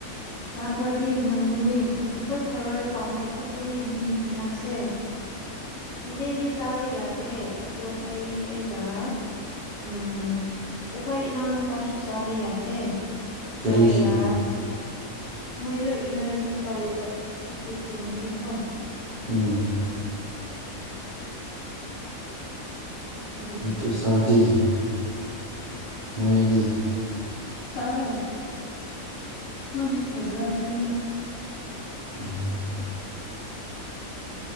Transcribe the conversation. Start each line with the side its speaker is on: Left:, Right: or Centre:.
Left: ꯆꯥꯕꯗꯤ ꯉꯝꯒꯅꯤ ꯑꯩꯈꯣꯏ ꯊꯧꯔꯣꯏ ꯄꯥꯝꯕ ꯈꯛꯇꯅꯤ ꯃꯤ ꯃꯤꯌꯥꯝꯁꯦ ꯏꯆꯦꯗꯤ ꯆꯥꯕ ꯌꯥꯗꯦ ꯑꯗꯣ ꯑꯩ ꯑꯩꯒ ꯎꯝ ꯑꯩꯈꯣꯏ ꯏꯅꯥꯎꯅꯨꯄꯥꯁꯨ ꯆꯥꯕ ꯌꯥꯗꯦ
Right: ꯀꯔꯤꯒꯤ
Left: ꯑꯩꯒ ꯃꯣꯏꯗꯣ ꯑꯦꯂꯔꯖꯤꯛ ꯇꯧꯋꯦꯕ ꯁꯤꯐꯨꯠꯀꯨꯝꯕꯗꯤꯀꯣ
Right: ꯎꯝ
Left: ꯑꯗꯨꯒꯤ
Right: ꯄꯩꯁꯥꯎꯗꯤ ꯃꯣꯍꯤꯗꯤ
Left: ꯆꯥꯏ ꯃꯣꯏ ꯏꯗꯤ ꯐꯦꯕ꯭ꯔꯥꯏ ꯀꯅꯤ
Right: ꯎꯝ